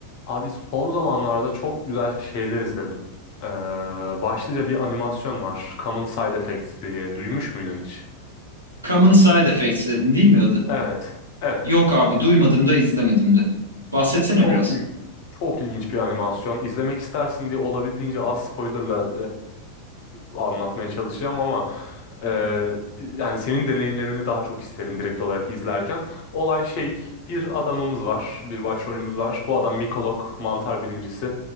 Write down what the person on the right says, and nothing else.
Common Side Effects dedin değil mi adı?
Yok abi duymadım da izlemedim de. Bahsetsene
biraz.